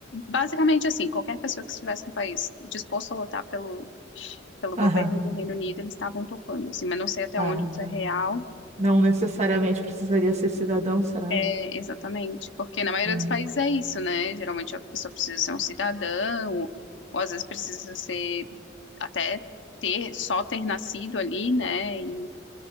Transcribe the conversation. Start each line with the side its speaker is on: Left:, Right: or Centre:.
Left: basicamente assim, qualquer pessoa que estivesse no país disposto a lutar pelo, pelo
Right: aham.
Left: governo do Reino Unido, eles estavam topando, assim, mas não sei até
Right: Ah,
Left: onde isso
Right: tá.
Left: é real.
Right: Não necessariamente precisaria ser cidadão, será?
Left: É, exatamente, porque na maioria
Right: É.
Left: dos países é isso, né? Geralmente a pessoa precisa ser um cidadão, ou às vezes precisa ser até ter só ter nascido ali, né? E,